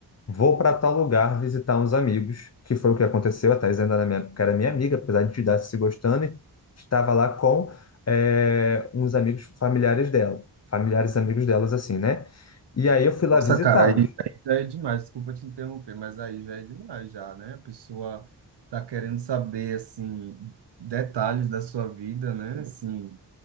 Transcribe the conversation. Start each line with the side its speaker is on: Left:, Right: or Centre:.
Left: Vou para tal lugar visitar uns amigos, que foi o que aconteceu. A Thais ainda na minha época era minha amiga, apesar de a gente estar se gostando, e estava lá com eh, uns amigos familiares dela, familiares amigos delas, assim, né? E aí eu fui lá
Right: Nossa,
Left: visitá-los.
Right: cara, aí, aí já é demais. Desculpa te interromper, mas aí já é demais, já, né? A pessoa tá querendo saber, assim, detalhes da sua vida, né? Assim,